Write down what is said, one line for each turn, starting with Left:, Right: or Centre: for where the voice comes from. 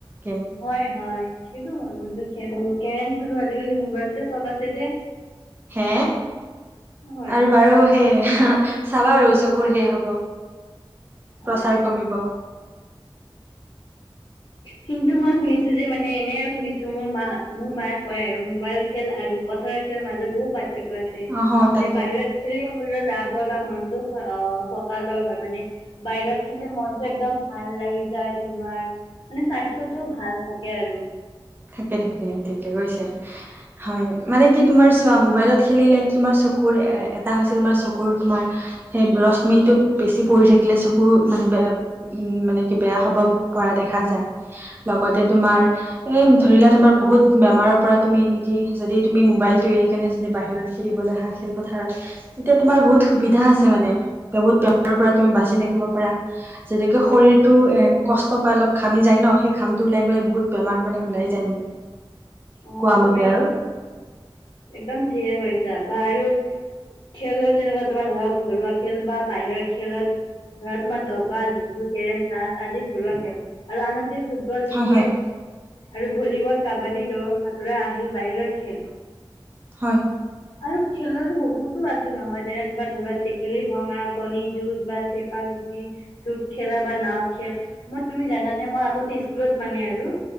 Right: গেম?
Left: হয় হয় খেলোঁ লুডু খেলোঁ কেৰম খেলোঁ আজি কালি মোবাইলতে চব আছে যে।
Right: হে
Left: হয়।
Right: আৰু বাৰু সেই চাবা আৰু চকুৰ হেৰি হ'ব।
Left: হয়
Right: প্ৰচাৰ
Left: হয়
Right: কমিব।
Left: কিন্তু মই শুনিছোঁ যে মানে এনে শুনিছোঁ মোৰ মা' মোৰ মায়ে কয় আৰু মোবাইল খেল আৰু পথাৰত খেলৰ মাজত বহু পাৰ্থক্য আছে
Right: অ হয়, তাকে
Left: যে বাহিৰত খেলিলে শৰীৰৰ লাভ হয় বা মনতটো অ', ফৰকালৰ হয় মানে বাহিৰত খেলি মনটো একদম ভাল লাগি যায় তোমাৰ মানে স্বাস্থ্যটো ভাল থাকে আৰু।
Right: থাকে থাকে ঠিকে কৈছে। হয় মানে কি তোমাৰ চোৱা মোবাইলত খেলিলে তোমাৰ চকুৰ এটা হৈছে তোমাৰ চকুৰ তোমাৰ সেই ৰশ্মিটো বেছি পৰি থাকিলে চকু মানে বেয়া উম মানে কি বেয়া হ'ব পৰা দেখা যায় লগতে তোমাৰ এই ধৰি লোৱা তোমাৰ বহুত বেমাৰৰ পৰা তুমি এনেকি যদি তুমি মোবাইলটো এৰি কেনে যদি বাহিৰত খেলিবলৈ হা খেল পথাৰত। এতিয়া তোমাৰ বহুত সুবিধা আছে মানে বহুত বেমাৰৰ পৰা তুমি বাচি থাকিব পাৰা। যেনেকে শৰীৰটোৱে কষ্ট পাই ঘামি যায় ন, সেই ঘামটো ওলাই গ'লে বহুত বেমাৰ মানে উলাই যায় মানে।
Left: অঁ
Right: কোৱা
Left: তুমি
Right: মতে আৰু
Left: একদম ঠিকে কৰিছা বা আৰু খেলত যেনেকুৱা তোমাৰ ধৰক ঘৰুৱা খেল বাহিৰৰ খেলত ধৰা তোমাৰ দবা, লুডু, কেৰম, তাচ আদি ঘৰুৱা খেল আৰু আনহাতে ফুটবল, ক্ৰিকেট
Right: হয় হয়
Left: আৰু ভলীবল, কাবাডী, দৌৰ, সতোৰা আহি বাহিৰৰ খেল।
Right: হয়।
Left: আৰু খেলৰো বহুতো আছে নহয় যেনে তোমাৰ ধৰা টেকেলি ভঙা, কণী যুঁজ বা চেপা গুটি ধূপ খেলা বা নাও খেল মই তুমি জানানে মই আগতে স্কুলত মানে আৰু